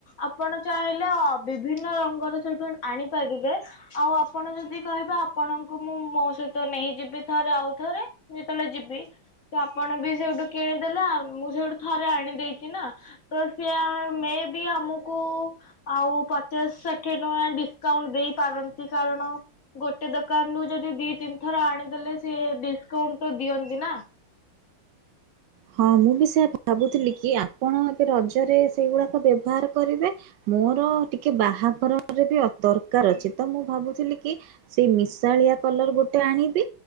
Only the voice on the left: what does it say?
ଆପଣ ଚାହିଁଲେ ଅ ବିଭିନ୍ନ ରଙ୍ଗର ସେଠୁ ଆଣିପାରିବେ ଆଉ ଆପଣ ଯେଦି କହିବେ ଆପଣଙ୍କୁ ମୁଁ ମୋ ସହିତ ନେଇଯିବି ଥରେ, ଆଉ ଥରେ ଯେତେବେଳେ ଯିବି ତ ଆପଣ ବି ସେଇଠୁ କିଣିଦେଲେ ଆଉ ମୁଁ ସେଇଠୁ ଥରେ ଆଣିଦେଇ ଚିନା ତ ସିଆ ମେ ବି ଆମୁକୁ ଆଉ ପଚାଶ୍ ଷାଠିଏ ଟଙ୍କା ଡିସ୍କାଉଣ୍ତ ଦେଇ ପାରନ୍ତି କାରଣ ଗୋଟେ ଦୋକାନ୍ ରୁୁ ଯଦି ଦି ତିନ୍ ଥର ଆଣିଦେଲେ ସିଏ ଡିସ୍କାଉଣ୍ଟ ତ ଦିଅନ୍ତି ନା।